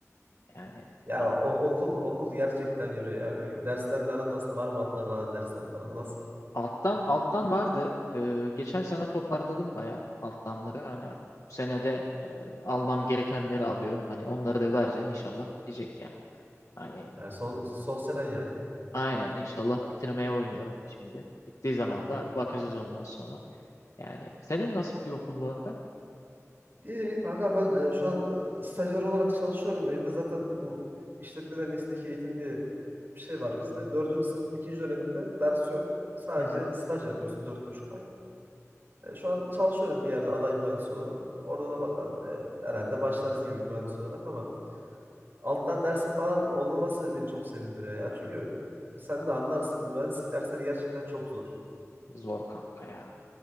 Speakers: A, on the left (about 80°); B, on the right (about 45°).
A: Yani
B: Ya
A: a-
B: o, okul okul gerçekten yoruyor ya. Böyle Derslerle aran nasıl? Var mı alttan kalan dersler falan nasıl?
A: alttan alttan vardı. Ee, geçen sene toparladım bayağı alttanları. Hani artık bu sene de e, almam gerekenleri alıyorum. Hani onları da vereceğim inşallah bitecek yani. Hani
B: Ha, son son senen yani.
A: aynen inşallah bitirmeye oynuyorum şimdi. Bittiği zaman
B: Ha, iyi.
A: da bakacağız ondan sonra. Yani senin nasıl gidiyor okul bu arada?
B: İyi kanka ben e, şu an e, stajyer olarak çalışıyorum. Benim de zaten bu işletmede mesleki eğitim diye bir şey var bizde. Dördüncü sınıfın ikinci döneminde ders yok. Sadece
A: Hı hı.
B: staj yapıyorsun dört buçuk ay. E, şu an çalışıyorum bir yerde aday mühendis olarak. Orada da bakalım e, herhalde başlarız gibi mühendis olarak ama alttan dersin falan olmaması beni çok sevindiriyor ya. Çünkü sen de anlarsın mühendislik dersleri gerçekten çok zor.
A: Zor kanka ya.